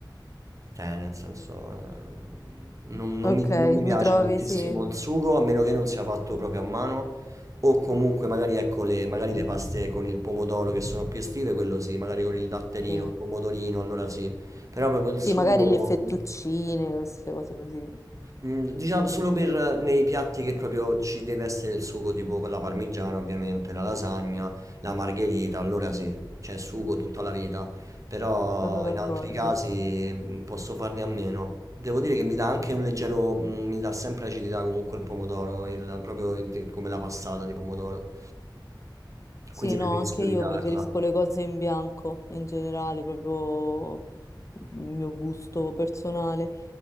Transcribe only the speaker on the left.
Ok,
mi trovi,
sì.
Sì,
Sì,
magari le fettuccine, queste cose così.
Sono d'accordo.
Sì,
no, anche io
preferisco le cose in bianco in generale, proprio il mio gusto personale.